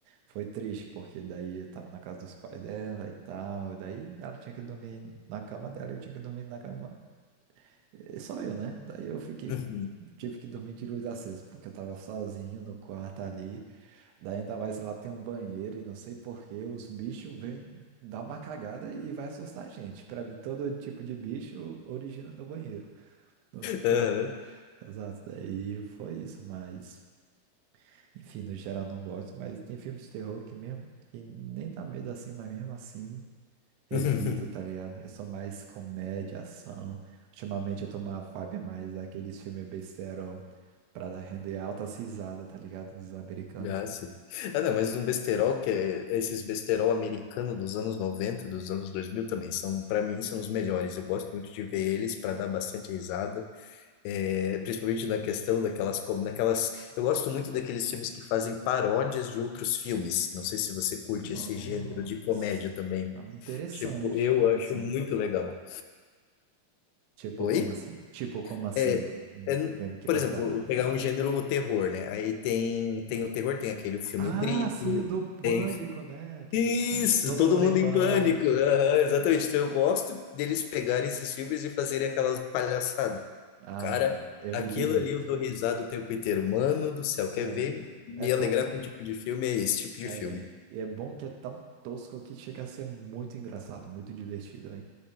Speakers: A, on the right; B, on the left.
A: foi triste, porque daí eu tava na casa dos pais dela e tal. Daí ela tinha que dormir na cama dela, eu tinha que dormir na cama. eh, Só eu, né? Daí eu fiquei,
B: Uhum.
A: tive que dormir de luz acesa, porque eu tava sozinho no quarto ali. Daí ainda mais lá tem um banheiro e não sei por que os bichos vêm dar uma cagada e vai assustar a gente. Pra mim, todo tipo de bicho origina do banheiro. Não sei por
B: Aham.
A: quê. Exato, daí foi isso, mas enfim, no geral não gosto, mas tem filmes de terror que mesmo que nem dá medo assim, mas mesmo assim evito,
B: <laughs>
A: tá ligado? Eu sou mais comédia, ação. Ultimamente eu tô uma vibe mais aqueles filmes besterol pra dar- render alta cisada, tá ligado? Dos americanos.
B: Ah, sim. Ah, não, mas um besterol que é é esses besterol americano dos anos noventa dos anos dois mil também são, para mim, são os melhores. Eu gosto muito de ver eles para dar bastante risada, é, principalmente na questão daquelas, como naquelas, eu gosto muito daqueles filmes que fazem paródias de outros filmes. Não sei se você curte
A: Nossa,
B: esse gênero de comédia também.
A: tá interessante.
B: Tipo, eu
A: Como
B: acho
A: assim?
B: muito legal.
A: Tipo,
B: Oi?
A: como assim? Tipo, como assim?
B: É,
A: Um
B: é,
A: filme que
B: por
A: faz
B: exemplo,
A: paródia
B: eu vou
A: de
B: pegar
A: filmes.
B: um gênero, o terror, né? Aí tem, tem o terror, tem aquele filme
A: Ah,
B: O Grito,
A: sim, do Pânico,
B: tem...
A: né? Aquele
B: Isso!
A: Pânico. Todo
B: Todo
A: mundo
B: mundo
A: em pânico.
B: em pânico! Aham, exatamente. Então eu gosto deles pegarem esses filmes e fazerem aquelas palhaçadas.
A: Ah,
B: Cara,
A: mano, eu
B: aquilo
A: me divirto.
B: ali eu dou risada o tempo inteiro. Mano do céu, quer
A: É,
B: ver me
A: é tão.
B: alegrar com o tipo de filme? É esse tipo de
A: É,
B: filme.
A: e é bom que é tão tosco que chega a ser muito engraçado, muito divertido, hein?